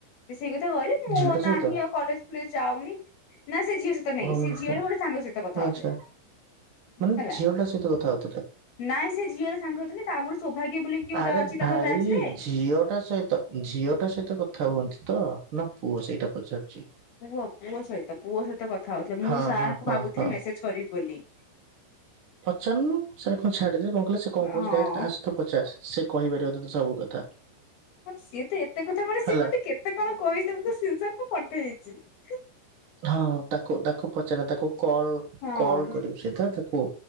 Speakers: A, on the left (about 60°); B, on the right (about 70°).
A: ସେ ସେଇ କଥା କହିଲେ ମୁଁ
B: ଝିଅଟା ସହିତ
A: ନାହିଁ ଆଉ କଲେଜ ଯାଉନି, ନା ସେ ଝିଅ ସହିତ ନାହିଁ,
B: ଓହୋ
A: ସେ ଝିଅରେ ଗୋଟେ ସାଙ୍ଗ ସହିତ କଥା
B: ଆଚ୍ଛା
A: ହଉଥିଲେ।
B: ମାନେ
A: ହେଲା
B: ଝିଅ ଟା ସହିତ କଥା ହଉଥିଲେ।
A: ନାଇଁ ସେ ଝିଅର ସାଙ୍ଗ ଥିଲେ ତା <unintelligible> ବୋଲି କିଏ ଗୋଟେ
B: ଆରେ
A: ଅଛି
B: ଭାଇ
A: ତାଙ୍କ ବ୍ୟାଚ୍ ରେ
B: ଝିଅ ଟା ସହିତ ଝିଅ ଟା ସହିତ କଥା ହୁଅନ୍ତି ତ, ନା ପୁଅ ସେଇଟା ପଚାରୁଛି।
A: ପୁଅ, ପୁଅ ସହିତ ପୁଅ ସହିତ କଥା ହଉଥିଲେ। ମୁଁ
B: ହଁ
A: ସାର୍
B: ହଁ
A: ଙ୍କୁ
B: ହଁ
A: ଭାବୁଥିଲି
B: ହଁ
A: ମେସେଜ କରିବି ବୋଲି।
B: ପଚାରୁନୁ, ସେ କ ଛାଦେ କିଲେ ସେ କଣ
A: ହଁ।
B: କହୁଛି ଡ ପଚାର, ସେ କହିପାରିବ ତ ତ ସବୁ କଥା।
A: ହଁ ସିଏ ତ ଏତେ କଥା ମାନେ
B: ହେଲା।
A: ସିଏ ମତେ କେତେ କଣ କହିଥା <unintelligible> ମୁଁ ପଠେଇ ଦେଇଛି।
B: ହଁ ତାକୁ ତାକୁ ପଚାରିଲେ ତାକୁ କଲ
A: ହଁ
B: କଲ କରିବୁ ସିଧା ତାକୁ